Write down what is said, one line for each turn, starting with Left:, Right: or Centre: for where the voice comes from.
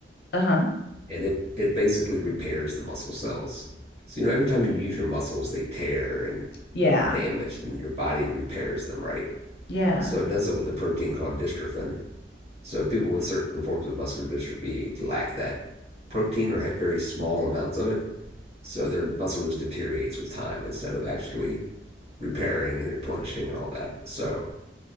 Left: Uh-huh.
Right: and it it basically repairs the muscle cells. So you know, every time you use your muscles, they tear and
Left: Yeah.
Right: are damaged, and your body repairs them, right?
Left: Yeah.
Right: So it does it with a protein called dystrophin. So people with certain forms of muscular dystrophy lack that protein or have very small amounts of it, so their muscle just deteriorates with time instead of actually repairing and replenishing and all that. So